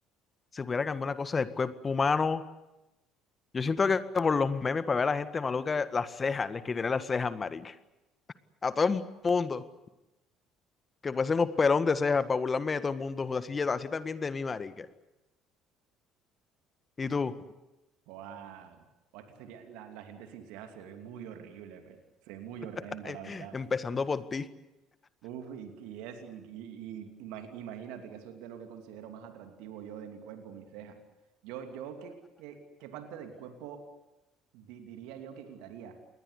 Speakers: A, on the left; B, on the right.
A: Si pudiera cambiar una cosa del cuerpo humano, yo siento que por los memes para ver a la gente maluca, las cejas, les quitaría las cejas, marica. A todo el mundo. Que fuésemos pelón de cejas para burlarme de todo el mundo. joder, Así, así también de mí, marica. Y tú,
B: Buah, buah, que sería, la, la gente sin cejas se ve muy horrible, pe. Se ve muy horrenda,
A: <laughs>
B: la verdad.
A: empezando por ti.
B: Uf, y, y es, y, y, y ima- imagínate que eso es de lo que considero más atractivo yo de mi cuerpo, mis cejas. Yo, yo, ¿qué, qué, qué parte del cuerpo? Di- diría yo que quitaría